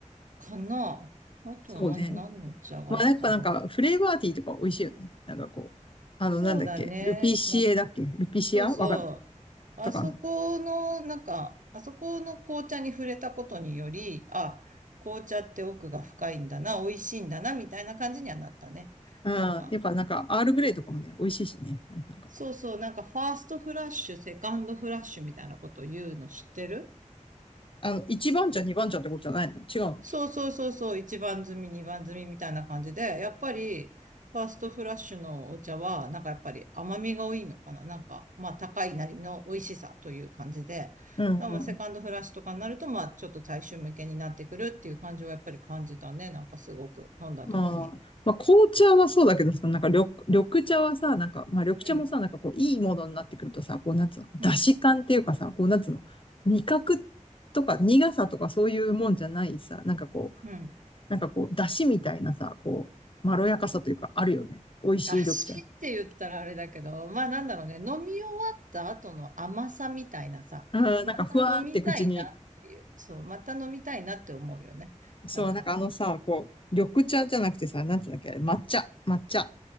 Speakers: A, on the right; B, on the left.
A: かな。あとは何、
B: そうね。
A: 何の茶があるかね。
B: まあ、やっぱなんか、フレーバーティーとか美味しいよね。なんかこう、あの、
A: そうだね。
B: なんだっけ、ルピシエだっけルピシアわかん
A: な、そうそう。あそこの、
B: とかな。
A: なんか、あそこの紅茶に触れたことにより、あ、紅茶って奥が深いんだな、美味しいんだな、みたいな感じにはなったね。
B: うん。
A: なんか、
B: やっぱなんか、アールグレイとかもね、美味しいしね。なんかね、
A: そうそう、なんかファーストフラッシュ、セカンドフラッシュみたいなことを言うの知ってる
B: あの、一番茶、二番茶ってことじゃないの違うの
A: そうそうそうそう、一番摘み、二番摘みみたいな感じで、やっぱり、ファーストフラッシュのお茶は、なんかやっぱり甘みが多いのかな。なんか、まあ高いなりの美味しさという感じで、だからまあセカンドフラッシュとかになると、
B: うん
A: まあちょっと大衆向けになってくるっていう感じはやっぱり感じたね。なんかすごく飲んだ時に。
B: うん。ああ。まあ、紅茶はそうだけどさ、なんか緑、緑茶はさ、なんか、まあ、緑茶もさ、
A: うん、
B: なんかこう、いいものになってくるとさ、こう、なんつうの、出汁感っていうかさ、
A: うん、
B: こう、なんつうの、味覚とか苦さとかそういうもんじゃないさ、なんかこう、
A: うん。
B: なんかこう、出汁みたいなさ、こう、まろやかさというか、あるよね。美味しい緑茶。
A: 足って言ったらあれだけど、まあなんだろうね、飲み終わった後の甘さみたいなさ、
B: あーなんかふわーって口に。
A: また飲みたいなっていう、そう、また飲みたいなって思うよね。
B: そう、
A: なんか、
B: なんかあのさ、こう、緑茶じゃなくてさ、なんつうんだっけ、あれ抹茶、抹茶。